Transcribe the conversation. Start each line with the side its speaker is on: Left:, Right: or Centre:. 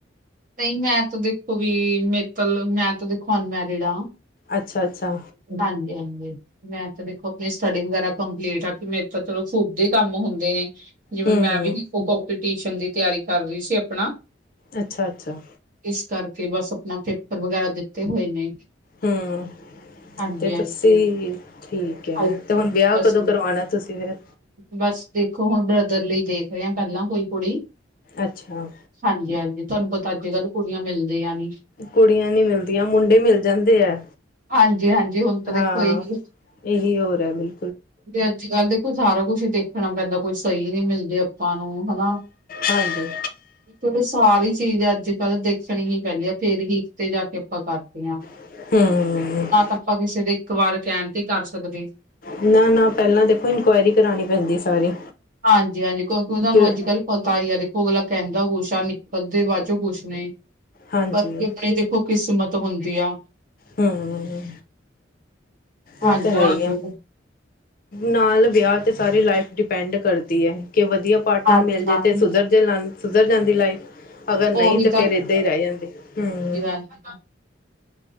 Right: ਨਹੀਂ ਮੈਂ ਤਾਂ ਦੇਖੋ ਵੀ ਮੇਤਲ ਮੈਂ ਤਾਂ ਦੇਖੋ ਅਨਮੈਰਿਡ ਆ।
Left: ਅੱਛਾ- ਅੱਛਾ
Right: ਹਾਂਜੀ, ਹਾਂਜੀ ਮੈਂ ਤਾਂ ਦੇਖੋ ਆਪਣੀ ਸਟੱਡੀ ਵਗੈਰਾ ਕੰਪਲੀਟ ਆ, ਕਿ ਮੇਰੇ ਤਾਂ ਚਲੋ ਫੂਬ ਦੇ ਕੰਮ ਹੁੰਦੇ ਨੇ। ਜਿਵੇਂ
Left: ਹਮ
Right: ਮੈਂ ਵੀ, ਕੰਪੀਟੀਸ਼ਨ ਦੀ ਤਿਆਰੀ ਕਰ ਰਹੀ ਸੀ ਆਪਣਾ।
Left: ਅੱਛਾ, ਅੱਛਾ
Right: ਇਸ ਕਰਕੇ ਬਸ ਆਪਣਾ ਪੇਪਰ ਵਗੈਰਾ ਦਿੱਤੇ ਹੋਏ ਨੇ।
Left: ਹਮ,
Right: ਹਾਂਜੀ
Left: ਤੇ
Right: ਹਾਂਜੀ
Left: ਤੁਸੀਂ,
Right: ਬਸ
Left: ਠੀਕ
Right: ਹਾਂਜੀ
Left: ਤੇ ਹੁਣ ਵਿਆਹ
Right: ਬਸ
Left: ਕਦੋਂ ਕਰਵਾਉਣਾ ਤੁਸੀਂ ਫਿਰ
Right: ਬਸ ਦੇਖੋ ਹੁਣ ਬ੍ਰਦਰ ਲਈ ਦੇਖ ਰਹੇ ਹ ਪਹਿਲਾਂ ਕੋਈ ਕੁੜੀ।
Left: ਅੱਛਾ।
Right: ਹਾਂਜੀ- ਹਾਂਜੀ, ਤੁਹਾਨੂੰ ਪਤਾ ਅੱਜ-ਕੱਲ੍ਹ ਕੁੜੀਆਂ ਮਿਲਦੀਆਂ ਨੀ।
Left: ਕੁੜੀਆਂ ਨੀ ਮਿਲਦੀਆਂ, ਮੁੰਡੇ ਮਿਲ ਜਾਂਦੇ ਐ।
Right: ਹਾਂਜੀ ਹਾਂਜੀ ਹੁਣ ਤਾਂ
Left: ਹਾਂ,
Right: ਦੇਖੋ ਇਹੀ
Left: ਏਹੀ ਹੋਰੈ, ਬਿਲ
Right: ਤੇ ਅੱਜ-ਕੱਲ ਦੇਖੋ ਸਾਰਾ ਕੁਛ ਦੇਖਣਾ ਪੈਂਦਾ, ਕੁਛ ਸਹੀ ਨੀ ਮਿਲਦੇ ਅਪਾਂ ਨੂੰ, ਹਨਾ।
Left: ਹਾਂਜੀ।
Right: <inaudible> ਕਿਉਂਕਿ ਸਾਰੀ ਚੀਜ਼ ਅੱਜ-ਕੱਲ ਦੇਖ੍ਣੀ ਹੀ ਪੈਂਦੀ ਹੈ, ਫੇਰ ਹੀ ਕਿਤੇ ਜਾ ਕੇ ਆਪਾਂ ਕਰਦੇ ਆਂ।
Left: ਹੂੰ।
Right: ਅਪਾਂ ਕਿਸੇ ਦੇ ਇੱਕ ਵਾਰ ਕੈਣ ਤੇ ਈ ਕਰ ਸਕਦੇ।
Left: ਨਾ -ਨਾ, ਪੈਲਾਂ ਦੇਖੋ ਇਨਕੁਐਇਰੀ ਕਰਾਣੀ ਪੈਂਦੀ ਏ ਸਾਰੀ।
Right: ਹਾਂਜੀ-ਹਾਂਜੀ ਕਿਉਂਕਿ ਉਹਨਾਂ ਨੂੰ
Left: ਕੇ
Right: ਅੱਜ ਕੱਲ੍ਹ ਪਤਾ ਈ ਆ ਦੇਖੋ, ਅਗਲਾ ਕੈੰਦਾ ਕੁਛ ਆ ਨਿਕਲਦੇ ਬਾਦ 'ਚੋਂ ਕੁੱਛ ਨੇ।
Left: ਹਾਂਜੀ
Right: ਬਾਕੀ ਅਪਣੇ ਦੇਖੋ ਕਿਸਮਤ ਹੁੰਦੀ ਆ।
Left: ਹਾਂ,
Right: ਹਾਂਜੀ-ਹਾਂਜੀ,
Left: ਓਹ ਤਾ ਹੈ ਈ ਐ। ਨਾਲ ਵਿਆਹ ਤੇ ਸਾਰੀ ਲਾਈਫ ਡਿਪੈਂਡ ਕਰਦੀ ਐ, ਕੇ ਵਧੀਆ ਪਾਰਟਨਰ
Right: ਹਾਂਜੀ-ਹਾਂਜੀ।
Left: ਮਿਲ ਜੇ ਤੇ ਸੁਧਰਜੇ ਲਣ ਸੁਧਰ ਜਾਂਦੀ ਲਾਈਫ। ਅਗਰ ਨਹੀਂ,
Right: ਉਹੀ
Left: ਤੇ ਫੇਰ ਏਦਾਂ ਹੀ ਰੈ ਜਾਂਦੀ, ਹੂੰ।
Right: ਹਾਂਜੀ।